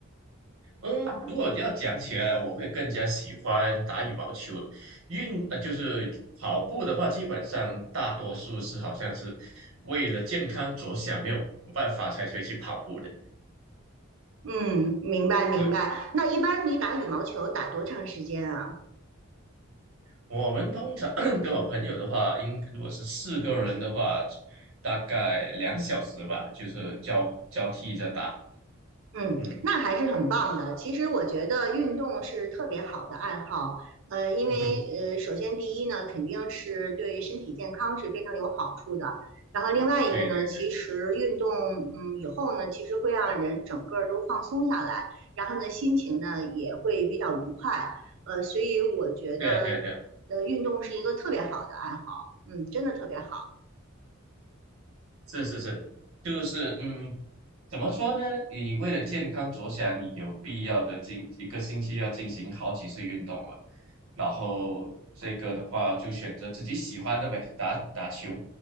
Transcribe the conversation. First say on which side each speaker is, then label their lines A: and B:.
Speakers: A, on the right; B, on the right.
A: 嗯，如果要讲起来，我会更加喜欢打羽毛球。运，呃，就是跑步的话，基本上大多数是好像是为了健康着想，没有办法才会去跑步的。
B: 嗯，明白明白。
A: 是
B: 那一般你打羽毛球打多长时间啊？
A: 我们通常 <coughs> <clears throat> 跟我朋友的话，应如果是四个人的话，大概两小时吧，就是交交替着打。
B: 嗯，
A: 嗯，
B: 那还是很棒的。其实我觉得运动是特别好的爱好，呃，
A: <laughs>
B: 因为呃，
A: 嗯
B: 首先第一呢，肯定是对身体健康是非常有好处的。然后另外一个呢，
A: 对对
B: 其实运动，嗯，以后呢，其实会让人整个儿都放松下来，然后呢，心情呢也会比较愉快。呃，所以我觉得，
A: 对啊，对啊，对啊。
B: 呃，运动是一个特别好的爱好，嗯，真的特别好。
A: 是是是，就是嗯，怎么说呢？你为了健康着想，你有必要的进一个星期要进行好几次运动了。然后这个的话，就选择自己喜欢的呗，打打球。